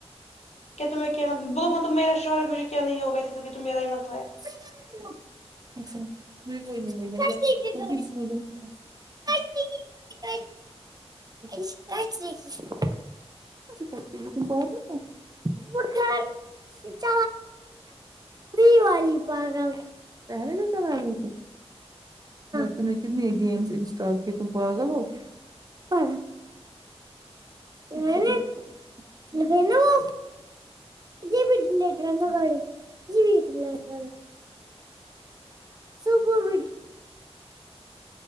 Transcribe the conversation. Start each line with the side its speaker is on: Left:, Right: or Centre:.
Left: کیا تم میں کیا بولو مطلب میرا شوہر ہے مجھے کیا نہیں ہوگا اس کے سات یہ تو میرا ہی مسلہ ہے
Right: س <unintelligible> <unintelligible> یک <unintelligible> کچے ت بہت ہو <unintelligible> چ پری والی پاگل پہلے نہ چلا ر <unintelligible> تم نے کتنی گم انسٹال کی تم پاگل ہو امم نے نے لگینا وہ جی بھیٹ لٹرا ن گاڑی جی بھی لٹ <unintelligible> صبو بھی